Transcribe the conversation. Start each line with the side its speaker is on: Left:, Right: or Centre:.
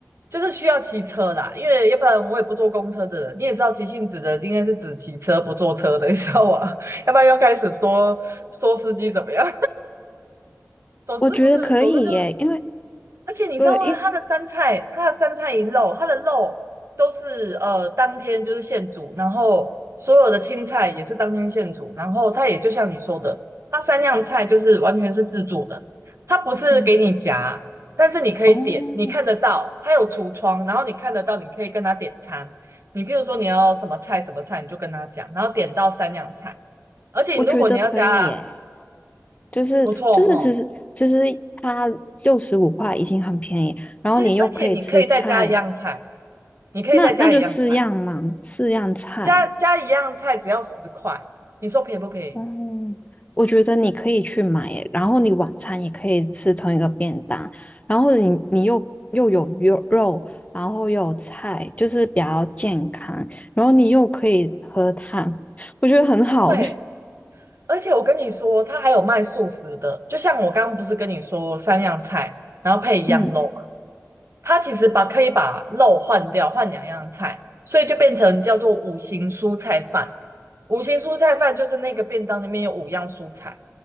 Right: 就是需要骑车啦，因为要不然我也不坐公车的人，你也知道急性子的应该是只骑车不坐车的，你知道吗？<laughs> 要不然又开始说说司机怎么样。总之不是，
Left: 我觉得可以耶，
Right: 总之就是，
Left: 因为
Right: 而且你知道吗？
Left: 对，因
Right: 它的三菜，它的三菜一肉，它的肉都是呃当天就是现煮，然后所有的青菜也是当天现煮，然后它也就像你说的，它三样菜就是完全是自助的，它不是给你夹，
Left: 嗯
Right: 但是你可以点，
Left: 哦，
Right: 你看得到，它有橱窗，然后你看得到，你可以跟他点餐。你比如说你要什么菜什么菜，你就跟他讲，然后点到三样菜，而且如果你要加
Left: 我觉得可以耶，就是就是其实其实它六十五块已经很便宜，
Right: 不错哈，
Left: 然后你又可以吃菜，
Right: 而而且你可以再加一样菜。你可以再加一样菜，
Left: 那那就四样嘛，四样菜。
Right: 加加一样菜只要十块，你说便宜不便宜？
Left: 嗯，我觉得你可以去买耶然后你晚餐也可以吃同一个便当，然后你你又又有肉肉，然后又有菜，就是比较健康，然后你又可以喝汤，我觉得很好诶。
Right: 对，而且我跟你说，它还有卖素食的，就像我刚刚不是跟你说三样菜，然后配一样肉嘛，
Left: <laughs> 嗯，
Right: 它其实把可以把肉换掉，换两样菜，所以就变成叫做五行蔬菜饭。五行蔬菜饭就是那个便当里面有五样蔬菜，